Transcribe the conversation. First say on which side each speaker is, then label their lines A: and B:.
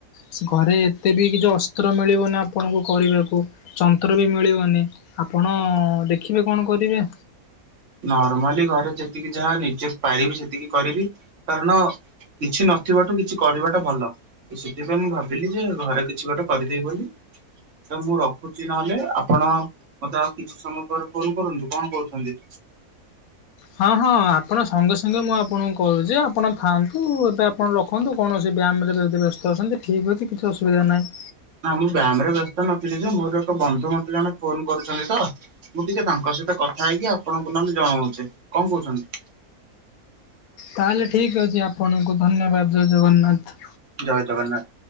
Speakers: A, on the left; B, on the right.
A: ସେ ଘରେ ଏତେ ବି କିଛି ଅସ୍ତ୍ର ମିଳିବନି ଆପଣଙ୍କୁ କରିବାକୁ। ଯନ୍ତ୍ର ବି ମିଳିବନି ଆପଣ ଦେଖିବେ କଣ କରିବେ।
B: ନର୍ମାଲି ଘରେ ଯେତିକି ଯାହା ନିଜେ ପାରିବି ସେତିକି କରିବି କାରଣ କିଛି ନଥିବାଠୁ କିଛି କରିବାଟା ଭଲ। ତ ସେଥିପାଇଁ ମୁଁ ଭାବିଲି ଯେ ଘରେ କିଛି ଗୋଟେ କରିଦେଇବି ବୋଲି ତ ମୁଁ ରଖୁଚି ନହେଲେ ଆପଣ ମତେ ଆଉ କିଛି ସମୟ ପରେ ଫୋନ କରନ୍ତୁ କଣ କହୁଛନ୍ତି?
A: ହଁ ହଁ ଆପଣ ସଙ୍ଗେ ସଙ୍ଗେ ମୁଁ ଆପଣଙ୍କୁ କୋହୁଚି ଆପଣ ଥାଆନ୍ତୁ ଏବେ ଆପଣ ର ଖନ୍ତୁ କୌଣସି ବ୍ୟାମରେ ଯଦି ବ୍ୟସ୍ତ ଅଛନ୍ତି ଠିକ୍ ଅଛି କିଛି ଅସୁବିଧା ନାହିଁ।
B: ନା ମୁଁ ବ୍ୟାମରେ ବ୍ୟସ୍ତ ନଥିଲି ଯେ ମୋର ଏକ ବନ୍ଧୁ ମତେ ଜଣେ ଫୋନ କରୁଛନ୍ତି ତ ମୁଁ ଟିକେ ତାଙ୍କ ସହିତ କଥା ହେଇକି ଆପଣଙ୍କୁ ନହେଲେ ଜଣୋଉଛି କଣ କହୁଛନ୍ତି?
A: ତାହେଲେ ଠିକ ଅଛି ଆପଣଙ୍କୁ ଧନ୍ୟବାଦ ଜୟ ଜଗନ୍ନାଥ।
B: ଜୟ ଜଗନ୍ନାଥ।